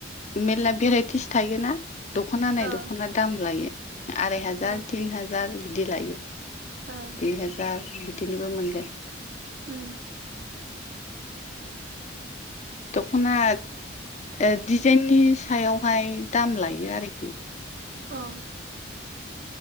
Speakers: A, on the left; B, on the right.
A: मेरला भेराइटिस थायोना। दख'नानाय
B: औ
A: दख'ना दाम लायो आराय हाजार
B: औ
A: तिन हाजार बिदि लायो।
B: ओ
A: दुइ हाजार बिदिनोबो मोनगोन।
B: उम
A: दखना ओ डिजाइननि सायावहाय दाम लायो आरोखि।
B: औ